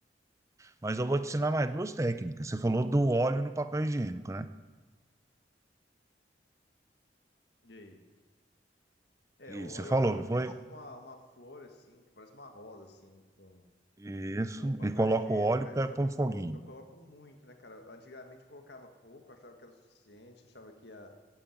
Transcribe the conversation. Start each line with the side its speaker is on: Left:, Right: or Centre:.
Right: Mas eu vou te ensinar mais duas técnicas. Você falou do óleo no papel higiênico, né?
Left: E aí? É,
Right: E
Left: o óleo
Right: você falou,
Left: eu, eu
Right: não
Left: faço
Right: foi?
Left: tipo uma, uma flor, assim, que parece uma rosa, assim, com,
Right: Isso.
Left: com papel
Right: E coloca
Left: higiênico.
Right: o óleo
Left: Aí-
Right: para
Left: só que
Right: um
Left: eu
Right: foguinho.
Left: coloco, eu coloco muito, né, cara? Antigamente eu colocava pouco, achava que era o suficiente, achava que ia.